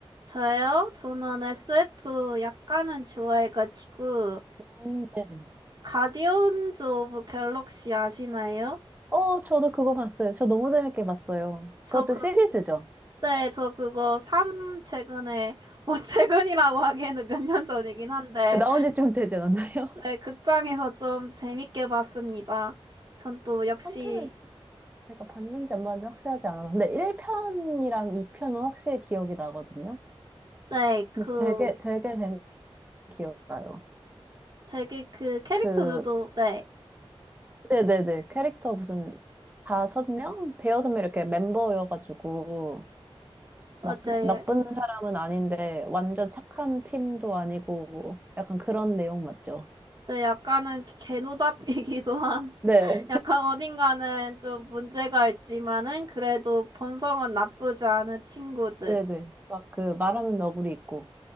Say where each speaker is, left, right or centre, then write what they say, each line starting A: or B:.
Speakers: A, on the right; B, on the right.
A: 저요? 저는 SF 약간은 좋아해가지고
B: 음, 네네.
A: 가디언즈 오브 갤럭시 아시나요?
B: 어, 저도 그거 봤어요. 저 너무 재밌게 봤어요.
A: 저
B: 그것도 시리즈죠.
A: 그때 저 그거 3 최근에 뭐 <laughs> 최근이라고 하기에는 몇 년 전이긴 한데
B: 나온 지 좀 되지 않았나요? <laughs>
A: 네 극장에서 좀 재밌게 봤습니다. 전 또 역시
B: 3편을 제가 봤는지 안 봤는지 확실하지 않아서. 근데 1편이랑 2편은 확실히 기억이 나거든요.
A: 네 그
B: 근데 되게, 되게 재밌게 기억나요.
A: 되게 그 캐릭터들도
B: 그,
A: 네
B: 네네네. 캐릭터 무슨 다섯 명? 대여섯 명 이렇게 멤버여가지고,
A: 맞아요.
B: 막 나쁜 사람은 아닌데, 완전 착한 팀도 아니고, 약간 그런 내용 맞죠?
A: 네, 약간은 개노답이기도 한,
B: 네.
A: <laughs> 약간 어딘가는 좀 문제가 있지만은 그래도 본성은 나쁘지 않은 친구들.
B: 네네. 막 그 말하는 너구리 있고.